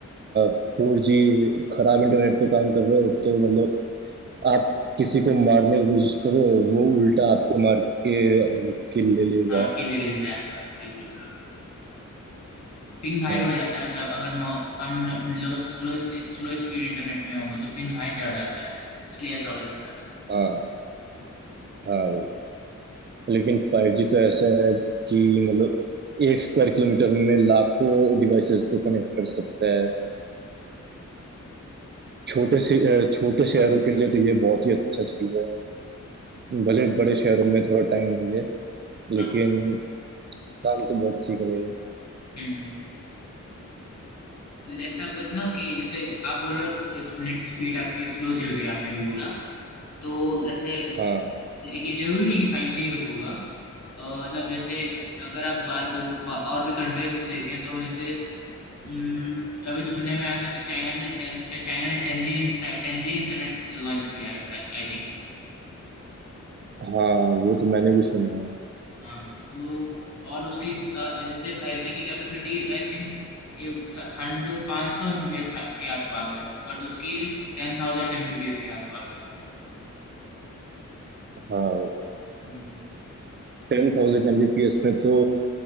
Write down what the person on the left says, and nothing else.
हाँ के ले लेता है आपका सही बोल रहे हो पिंग हाई
हो जाता है मतलब अगर नो कम low slow slow speed internet में होगा तो पिंग हाई चला जाता है इसलिए ऐसा हो जाता है
हाँ
हम्म और ऐसा बना कि जैसे आप बोल रहे हो इस नेट स्पीड आपकी स्लो चल रही है आपने भी बोला तो ऐसे
ये जरूरी नहीं कि फाइव जी बस होगा अ, मतलब जैसे अगर आप बा, दू- बा, और भी कंट्रीज को देखें तो जैसे हम्म, अभी सुनने में आया था कि चाइना ने टेन चाइना ने टेंजी टेंजी इंटरनेट लॉन्च किया है आई थिंक
हाँ वो और उसकी अ, जैसे फाइव जी की कैपेसिटी आई थिंक ये हंड्रेड पाँच सौ एमबीबीएस के आसपास है बट उसकी टेन थाउजेंड एमबीबीएस के आसपास है
हम्म